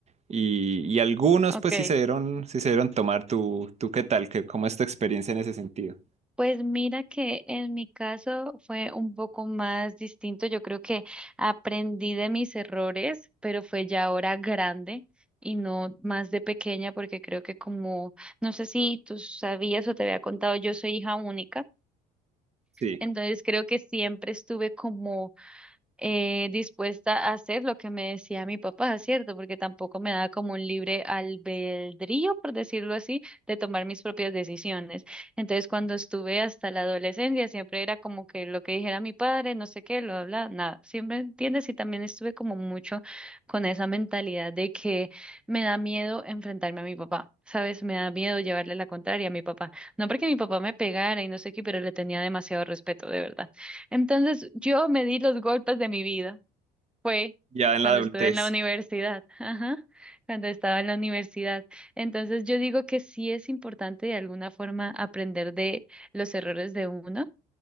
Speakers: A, on the right (about 30°); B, in the centre.
A: y, y algunos
B: Ok.
A: pues sí se dieron, sí se dieron tomar. ¿Tú, tú qué tal? ¿Qué, cómo es tu experiencia en ese sentido?
B: Pues mira que en mi caso fue un poco más distinto. Yo creo que aprendí de mis errores, pero fue ya ahora grande y no más de pequeña, porque creo que como, no sé si tú sabías o te había contado, yo soy hija única,
A: Sí,
B: entonces creo que siempre estuve como eh, dispuesta a hacer lo que me decía mi papá, ¿cierto? Porque tampoco me daba como un libre albedrío, por decirlo así, de tomar mis propias decisiones. Entonces, cuando estuve hasta la adolescencia, siempre era como que lo que dijera mi padre, no sé qué, lo habla, nada. Siempre, ¿entiendes? Y también estuve como mucho con esa mentalidad de que me da miedo enfrentarme a mi papá. ¿Sabes? Me da miedo llevarle la contraria a mi papá. No porque mi papá me pegara y no sé qué, pero le tenía demasiado respeto, de verdad. Entonces yo me di los golpes de mi vida. Fue
A: ya en
B: cuando
A: la adultez.
B: estuve en la universidad. <laughs> Ajá, cuando estaba en la universidad. Entonces yo digo que sí es importante de alguna forma aprender de los errores de uno